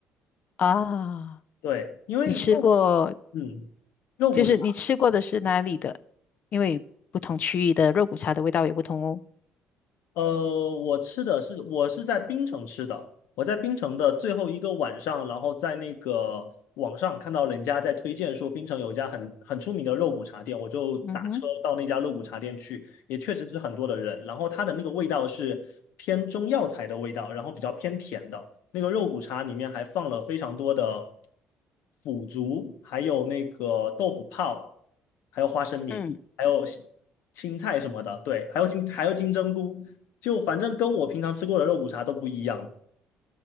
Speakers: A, on the left (about 45°); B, on the left (about 80°).
A: 啊？
B: 对，因为肉，
A: 你吃过，
B: 嗯，肉骨茶。
A: 就是你吃过的是哪里的？因为不同区域的肉骨茶的味道也不同哦。
B: 呃，我吃的是我是在槟城吃的，我在槟城的最后一个晚上，然后在那个网上看到人家在推荐说槟城有一家很很出名的肉骨茶店，我就打车到那家肉骨茶店去，
A: 嗯哼，
B: 也确实是很多的人，然后它的那个味道是偏中药材的味道，然后比较偏甜的，那个肉骨茶里面还放了非常多的腐竹，还有那个豆腐泡，还有花生米，
A: 嗯，
B: 还有青菜什么的，对，还有金还有金针菇。就反正跟我平常吃过的肉骨茶都不一样，